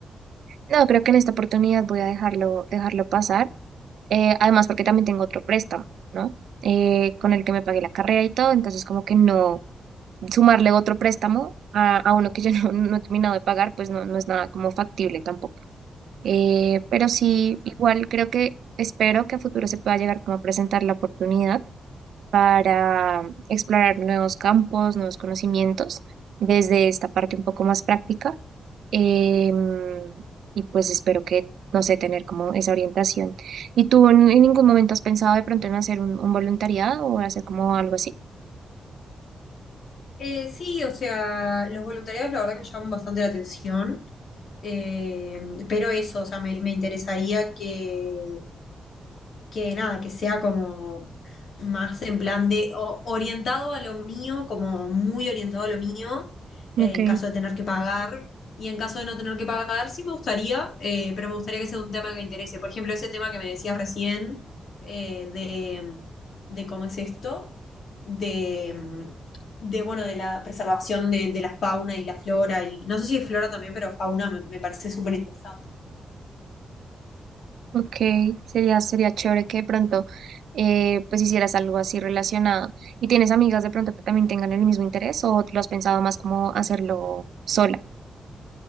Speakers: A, on the right (about 80°); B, on the left (about 70°).
A: No, creo que en esta oportunidad voy a dejarlo, dejarlo pasar. Eh, además, porque también tengo otro préstamo, ¿no? Eh, con el que me pagué la carrera y todo, entonces como que no sumarle otro préstamo a, a uno que yo <laughs> no, no he terminado de pagar, pues no, no es nada como factible tampoco. Eh, pero sí,
B: Sí, total.
A: igual creo que espero que a futuro se pueda llegar como a presentar la oportunidad para explorar nuevos campos, nuevos conocimientos desde esta parte un poco más práctica Em, y pues espero que, no sé, tener como esa orientación. ¿Y tú en, en ningún momento has pensado de pronto en hacer un, un voluntariado o hacer como algo así?
B: Eh, sí, o sea, los voluntariados la verdad que me llaman bastante la atención, eh, pero eso, o sea, me, me interesaría que, que nada, que sea como más en plan de o- orientado a lo mío, como muy orientado a lo mío,
A: Ok,
B: eh, en caso de tener que pagar. Y en caso de no tener que pagar, sí me gustaría, eh, pero me gustaría que sea un tema que me interese. Por ejemplo, ese tema que me decías recién, eh, de, de cómo es esto, de, mm, de, bueno, de la preservación de, de la fauna y la flora, y no sé si es flora también, pero fauna me, me parece súper interesante.
A: ok, sería, sería chévere que de pronto eh, pues hicieras algo así relacionado. ¿Y tienes amigas de pronto que también tengan el mismo interés o lo has pensado más como hacerlo sola?